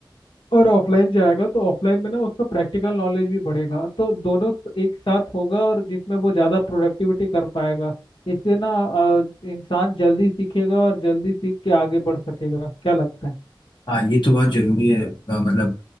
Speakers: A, on the left (about 85°); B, on the left (about 65°).
A: और ऑफलाइन जाएगा तो ऑफलाइन में ना उसका प्रैक्टिकल नॉलेज भी बढ़ेगा तो दोनों स- एक साथ होगा और जिसमें वो ज़्यादा प्रोडक्टिविटी कर पाएगा इससे ना अ, इंसान जल्दी सीखेगा और जल्दी सीख के आगे बढ़ सकेगा क्या लगता है
B: हाँ ये तो बहुत ज़रूरी है अ, मतलब